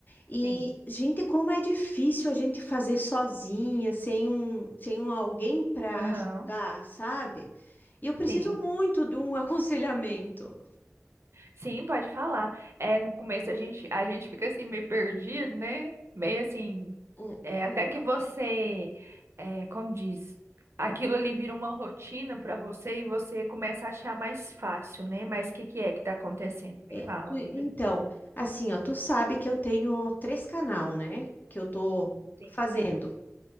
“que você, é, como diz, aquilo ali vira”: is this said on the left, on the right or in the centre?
Right